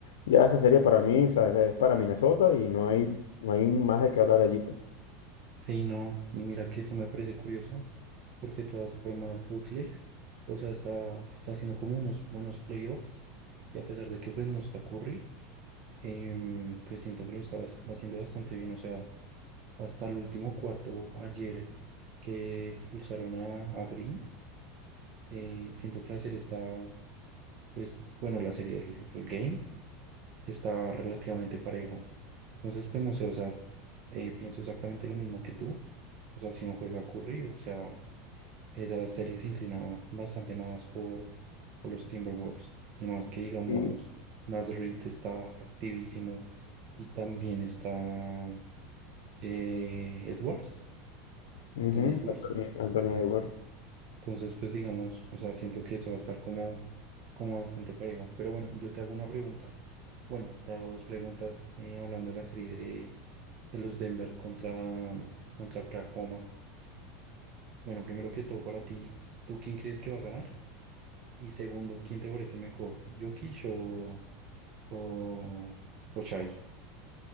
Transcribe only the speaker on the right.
sí, no. Y mira que eso me parece curioso, porque de todas formas Butler, o sea, está, está haciendo como unos buenos playoffs, y a pesar de que pues no está Curry, em, pues siento que lo estaba haci- haciendo bastante bien, o sea, hasta el último cuarto ayer que expulsaron a, a Green, eh, siento que la serie está, pues, bueno, la serie, el, el game está relativamente parejo. Entonces, pues no sé, o sea, Eh, pienso exactamente lo mismo que tú. O sea, si no juega Curry, o sea, esa serie se inclinaba bastante más por, por los Timberwolves. Y más que, digamos,
Nasrid está activísimo y también está eh, Edwards, Anthony
Edwards.
Entonces, pues digamos, o sea, siento que eso va a estar como, como bastante parejo. Pero bueno, yo te hago una pregunta. Bueno, te hago dos preguntas eh, hablando de la serie de, de los Denver contra, contra Oklahoma. Bueno, primero que todo, para ti, ¿tú quién crees que va a ganar? Y segundo, ¿quién te parece mejor? ¿Jokic o, o, o Shai?